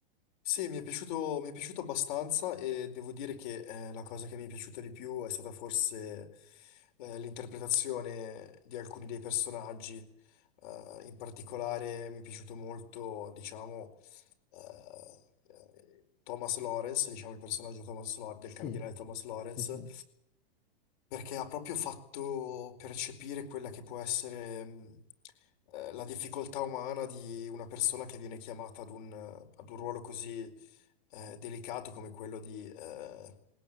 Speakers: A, on the left; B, on the left.
A: Sì, mi è piaciuto, mi è piaciuto abbastanza e devo dire che eh, la cosa che mi è piaciuta di più è stata forse eh, l'interpretazione di alcuni dei personaggi. Eh, in particolare mi è piaciuto molto, diciamo, eh, eh, Thomas Lawrence, diciamo il personaggio Thomas Law- del
B: Sì,
A: cardinale Thomas Lawrence,
B: sì, sì.
A: perché ha proprio fatto percepire quella che può essere mh, eh, la difficoltà umana di una persona che viene chiamata ad un, ad un ruolo così eh, delicato come quello di, eh,